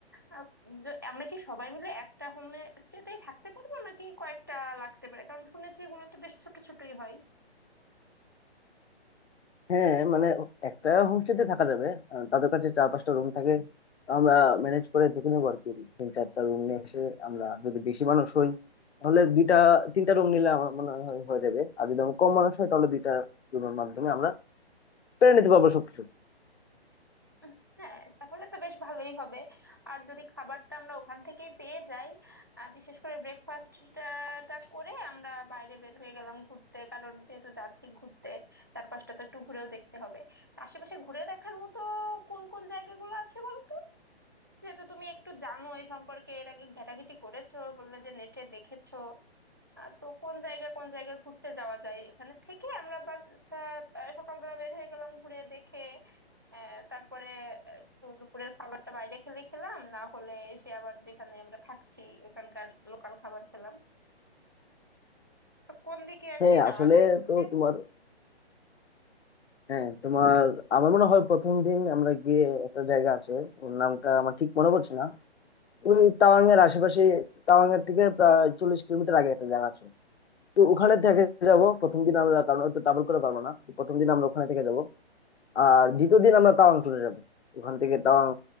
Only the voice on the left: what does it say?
হ্যাঁ মানে একটা হোমস্টেতে থাকা যাবে আহ, তাদের কাছে চার পাঁচটা রুম থাকে তো আমরা ম্যানেজ করে দেখে নেবো আর কি তিন চারটা রুম নিয়ে এসে আমরা যদি বেশি মানুষ হই তাহলে দুইটা তিনটা রুম নিলে আমার মনে হয় হয়ে যাবে আর যদি আমরা কম মানুষ হয় তাহলে দুইটা রুমের মাধ্যমে আমরা পেরে নিতে পারবো সবকিছু
হ্যাঁ
আসলে
তো তোমার হ্যাঁ তোমার আমার মনে হয় প্রথম দিন আমরা গিয়ে একটা জায়গা আছে ওর নামটা আমার ঠিক মনে পড়ছে না ওই তাওয়াং এর আশেপাশে তাওয়াং এর থেকে প্রায় চল্লিশ কিলোমিটার আগে একটা জায়গা আছে তো ওখানে থেকে যাব প্রথম দিন আমরা কারণ অত ট্রাভেল করে পারবো না তো প্রথম দিন আমরা ওখানে থেকে যাব আর দ্বিতীয় দিন আমরা তাওয়াং চলে যাব ওখান থেকে তাওয়াং